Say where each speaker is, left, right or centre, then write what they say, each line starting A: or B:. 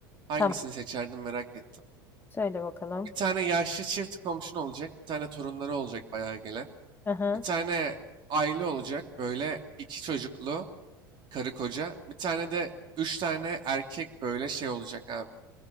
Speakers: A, on the right; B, on the left.
A: Hangisini
B: tamam.
A: seçerdin merak ettim.
B: Söyle bakalım.
A: Bir tane yaşlı çift komşun olacak. Bir tane torunları olacak bayağı gelen.
B: Aha.
A: Bir tane aile olacak böyle iki çocuklu. karı koca. Bir tane de üç tane erkek böyle şey olacak abi.